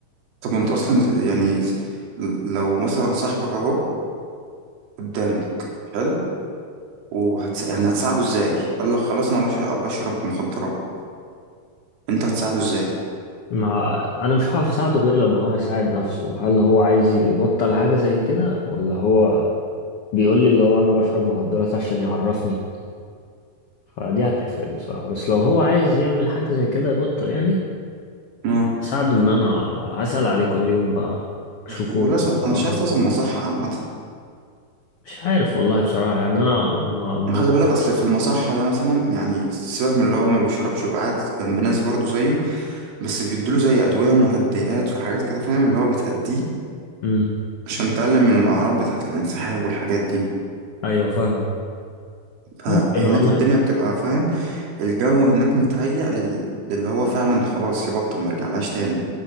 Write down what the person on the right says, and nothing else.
طب انت اصلا يعني لو مثلا صاحبك اهو قدامك حلو وهتس... يعني هتساعده ازاي قال لك خلاص انا بش... بشرب مخدرات انت هتساعده ازاي
ما
ولازم انا
شايف لازم مصحة عامة
خلي بالك اصل في المصحة ده مثلا يعني سيبك من اللي هو ما بيشربش وقاعد جنب ناس برضه زيه بس بيدوله زي ادوية مهدئات وحاجات كده فاهم اللي هو بتهديه
عشان تقلل من الأعراض بتاعة الانسحاب والحاجات دي
فهناك
الدنيا بتبقى فاهم الجو هناك متهيأ لل... للي هو فعلا خلاص يبطل مرجعلهاش تاني